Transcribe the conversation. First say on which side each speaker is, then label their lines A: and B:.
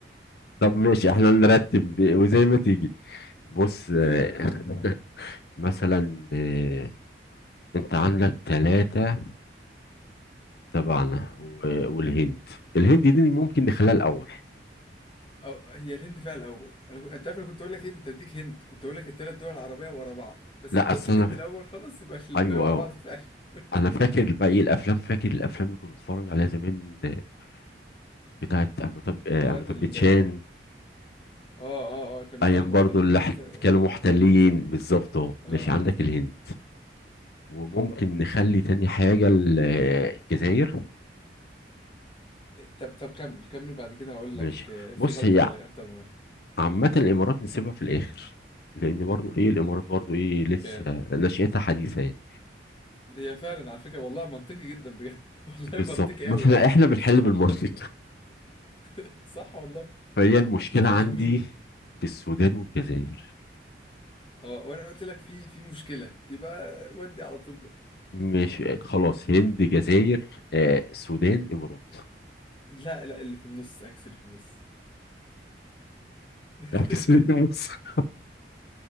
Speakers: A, on the left; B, on the left.
A: طب ماشي احنا نرتب وزي ما تيجي بص آه،
B: زي ما دي
A: <laughs> مثلا آه، انت عندك ثلاثة تبعنا و- والهند الهند دي ممكن نخليها الاول
B: أو هي الهند فيها الاول انا كنت انت عارف انا كنت اقول لك ايه كنت اديك هند كنت اقول لك الثلاث دول العربيه ورا بعض بس
A: لا
B: انت
A: اصل
B: قلت الهند
A: انا
B: الاول خلاص يبقى الباقي
A: ايوه
B: ورا
A: أه.
B: بعض فعلا <laughs>
A: انا فاكر بقى ايه الافلام فاكر الافلام اللي كنا بنتفرج عليها زمان آه، بتاعت امتاب آه،
B: بتاعت
A: امتاب
B: ال
A: باتشان
B: اه اه اه كانوا
A: ايام
B: فعلا محتلين
A: برضو اللي
B: باين
A: حت-
B: سا-
A: كانوا
B: كانوا
A: محتلين
B: محتلين صح
A: بالظبط اهو
B: اه
A: ماشي عندك
B: صح
A: الهند وممكن نخلي تاني حاجه ال- آه، الجزائر
B: طب طب كمل كمل بعد كده هقول
A: ماشي
B: لك آه، في
A: بص
B: غلطه
A: هي
B: ولا اكتر من غلطه
A: عامه الامارات نسيبها في الاخر لان برضو ايه الامارات برضو ايه لسه
B: كام
A: نشأتها حديثه يعني
B: هي فعلا على فكره والله منطقي جدا بجد <laughs> والله
A: بالظبط
B: منطقي
A: مثلا
B: قوي يعني
A: احنا احنا بنحل
B: صح
A: بالمصري
B: <laughs> صح والله
A: فهي المشكلة
B: فاضل
A: عندي
B: مين
A: في السودان والجزائر
B: اه وانا قلت لك في في مشكله يبقى ودي على طول بقى
A: مش خلاص هند جزائر آه سودان إمارات
B: لا لا اللي في النص عكس اللي في النص <laughs>
A: اعكس هند مصر